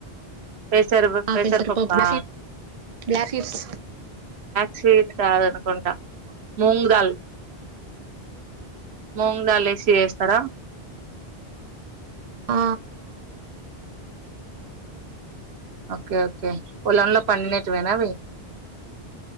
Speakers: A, on the right; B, on the right.
A: పెసరు పెసరపప్పా
B: పసరా పప్పు బ్యాక్ సీడ్స్
A: చీ కాదనుకుంట మూంగదాల్ మూంగ దాల్ ఏసి చేస్తారా
B: ఆ
A: ఓకే ఓకే పోలాన్లో పన్నినటువణవి